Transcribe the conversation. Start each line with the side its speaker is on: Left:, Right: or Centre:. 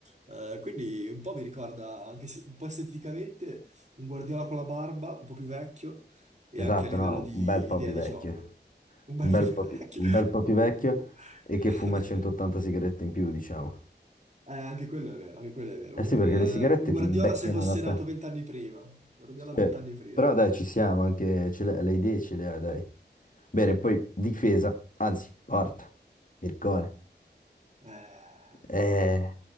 Right: Eh, quindi un po' mi ricorda, anche se un po' esteticamente, un Guardiola con la barba, un po' più vecchio, e
Left: Esatto,
Right: anche a livello
Left: no,
Right: di
Left: un bel po'
Right: idea
Left: più
Right: di
Left: vecchio.
Right: gioco. Un bel
Left: Un bel
Right: po' più
Left: po' più,
Right: vecchio.
Left: un bel po' più vecchio
Right: <laughs>
Left: e che fuma 180 sigarette in più, diciamo.
Right: Eh, anche quello è vero, anche quello è vero.
Left: Eh
Right: Un,
Left: sì, perché
Right: eh,
Left: le sigarette
Right: un Guardiola
Left: ti invecchiano
Right: se fosse
Left: la pelle.
Right: nato vent'anni prima. Guardiola
Left: Cioè,
Right: vent'anni prima.
Left: però dai, ci siamo anche, ce le, le idee ce le ha, dai. Bene, poi difesa, anzi, porta, Mircone.
Right: Eh,
Left: Eh,
Right: ma,